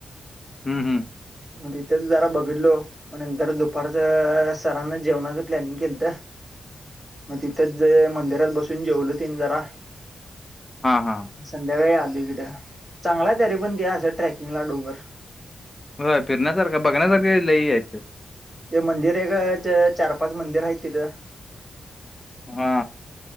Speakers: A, on the left; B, in the centre.
A: हम्म हम्.
B: मग तिथेच जरा बघितलो. मगंतर दुपारचं सरांना जेवणाचं प्लॅनिंग केलं तर मग तिथेच जे मंदिरात बसून जेवलं तीन जरा
A: हा हा.
B: संध्याकाळी आल इकडें चांगलाय तरी पण ते सं ट्रेकिंगला डोंगर
A: होय फिरण्यासारखं बघण्यासारखे ल आहेत.
B: ते मंदिर एक चार पाच मंदिर आहे तिथं.
A: हा.